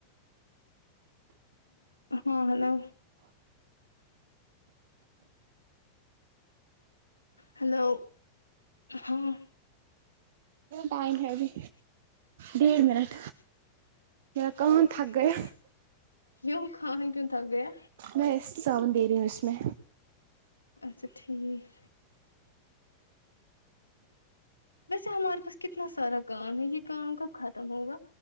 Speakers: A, on the left (about 80°); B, on the right (about 55°).
A: ہاں ہیلو ہیلو ہاں
B: ائم ہے بھی ڈیڑھ منٹ ک تھک گی
A: کیوں خون کیوں تھاک گیا
B: میں صاابون دے رہی ہوں اس میں
A: اچھا ٹھیک ویسے ہمارے پاس کتنا سارا کام ہے یہ کام کب ختم ہوگا